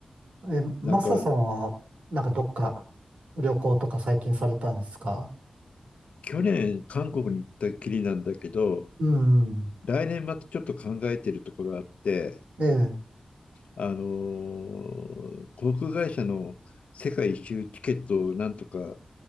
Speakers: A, on the right; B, on the left.
A: え、え、マサさんは、
B: なんか、
A: なんかどっか旅行とか最近されたんですか
B: 去年韓国に行ったきりなんだけど、
A: うん。
B: 来年またちょっと考えているところあって、
A: ええ。
B: あのー航空会社の世界一周チケットをなんとか、